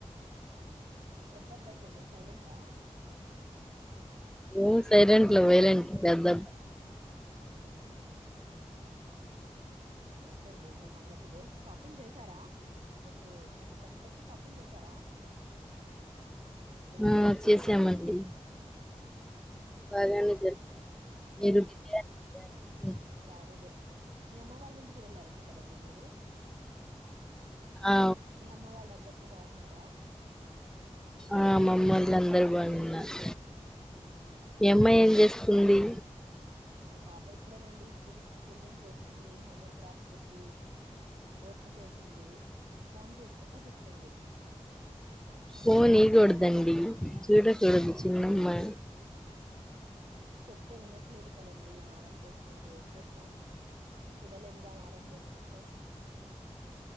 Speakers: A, on the right; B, in the centre.
A: పెద్ద అబ్బాయి కొంచెం సైలెంటా
B: మ్మ్ సైలెంట్లో వైలెంట్ పెద్దబ్
A: హ్మ్ ఏంటండి ఇంక సంగతులు షాపింగ్ చేశారా రేపు మొన్న పండక్కి షాపింగ్ చేసారా ఇలా
B: ఆ!
A: జలుపుకున్నారు
B: చేశామండి. బాగానే జరిగింది. మీరు బిర్యానీ బాగా-
A: మేము బానే జరుపుకున్నాం మీ అమ్మ వాళ్ళ ఇంటికి వెళ్ళారంటే కదండి మీర్ డో
B: ఆ!
A: మీ అమ్మ వాళ్ళ అంద రు బాన్నారా
B: ఆ మమ్మోలందరూ బాగున్నారు
A: ఉమ్,
B: ఏమ్మా ఏం చేస్తుందీ
A: మా పాప ఇప్పుడేనండీ స్కుల్ స్కూల్ నుంచొ చ్చింది హోం వర్క్ రాస్ కుందీ భోన్ చేసిందీ ఫోన్ చూస్కుంట కూచ్చుంది
B: ఫోన్ ఈగుడ్దండీ చూడు గొడుగు చిన్నమ్మా
A: ప్తే వినట్లేదుక కదండీ మారం చేస్ తుంది ఏం చేస్తాం చూడలేం గా మారం చేస్తుంటే